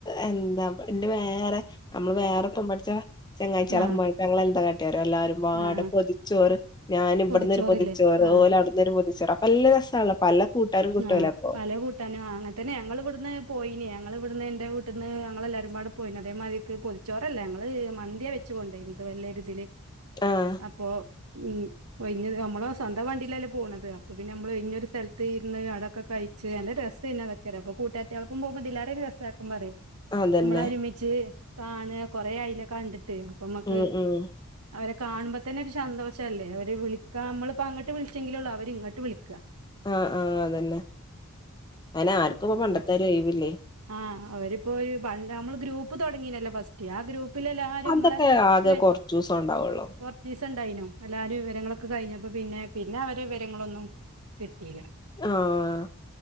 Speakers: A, on the left (about 20°); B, on the right (about 85°).
A: എന്താ ഇന്റെ വേറെ അമ്മള് വേറൊപ്പം പടിച്ച ചെങ്ങായിച്യാളോപ്പം
B: ആ
A: ഞങ്ങളെന്താ കാട്ട്യേറിയോ എല്ലാരുംമ്പാടെ
B: ആ ആ
A: പൊതിച്ചോറ് ഞാൻ ഇബട്ന്നൊര്
B: പൊതിച്ചോറില്ലേ
A: പൊതിച്ചോറ്
B: ആ
A: ഓല് അവ്ട്ന്നൊര് പൊതിച്ചോറ് അപ്പല്ല രസാല്ലോ പല കൂട്ടാരും കിട്ടുവല്ലോ
B: ആഹ്
A: അപ്പൊ
B: പല കൂട്ടാനും ആഹ് അങ്ങന് അതന്നെ ഞങ്ങള് ഇവട്ന്ന് പോയിനി ഞങ്ങള് ഇവട്ന്ന് എന്റെ വീട്ട്ന്ന് ഞങ്ങളെല്ലാരുമ്പാടെ പോയിന് അതേമാതിരിക്ക് പൊതി ചോറല്ല ഞങ്ങള് മന്ത്യാ വെച്ച് കൊണ്ടോയ്ന്ന് ഇത് വല്ല്യൊരിതില്
A: ആഹ്
B: അപ്പോ ഉം ഒഴ്ഞ്ഞ അമ്മള് സ്വന്തം വണ്ടില്ലല്ലേ പോണത് അപ്പൊ പിന്നമ്മള് ഒഴ്ഞ്ഞൊരു സ്ഥല തീര്ന്ന് അതൊക്കെ കഴിച്ച് നല്ല രസേന്നൂ അതൊക്കെറയാ അപ്പൊ കൂട്ടാൾത്ത്യലൊപ്പം പോവ്മ്പോ ഇതിലേറെ രസാക്കുമ്പറയും
A: അതന്നെ
B: ഇമ്മളൊര്മിച്ച് കാണ കൊറെ ആയ്ലെ കണ്ടിട്ട് അപ്പമ്മക്ക്
A: ഉം ഉം
B: അവരെ കാണുമ്പോത്തന്നെ ഒര് സന്തോഷല്ലേ അവര് വിളിക്കാ അമ്മളിപ്പോ അങ്ങട്ട് വിളിച്ചെങ്കിലോള്ളൂ അവര് ഇങ്ങട്ട് വിളിക്ക
A: ആഹ് ആഹ അതന്നെ അയിന് ആർക്കും ഇപ്പം
B: അപ്പൊ
A: പണ്ടെത്താരി ഒഴിവില്ലേ
B: ആഹ് അവരിപ്പോ ഒരു നമ്മള് ഗ്രൂപ്പ് തുടങ്ങീനല്ലോ ഫസ്റ്റ് ആ ഗ്രൂപ്പ് പ്പില് എല്ലാരും
A: അതൊക്കെ
B: ഞമ്മളെ
A: ആകെ
B: <unintelligible>
A: കൊറച്ചൂസം ഉണ്ടാവുള്ളൂ
B: ച്ചീസം ഇണ്ടായിനു എല്ലാരും വിവരങ്ങളൊക്കെ കഴിഞ്ഞപ്പോ പിന്നെ പിന്നെ അവരെ വിവരങ്ങളൊന്നും കിട്ടീല
A: ആഹ്